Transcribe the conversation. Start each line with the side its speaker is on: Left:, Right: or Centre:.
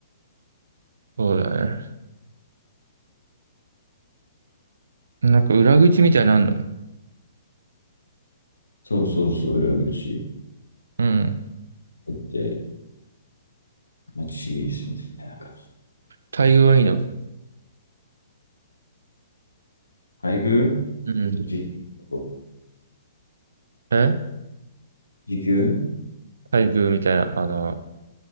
Right: そうだね。なんか裏口みたいなのあんの
Left: そうそうそう、裏口
Right: うん。
Left: 行って、まあ、チーズみたいな感じ。
Right: 待遇はいいの
Left: 配偶
Right: うん。
Left: 時給
Right: え
Left: 時給
Right: 待遇みたいな、あの、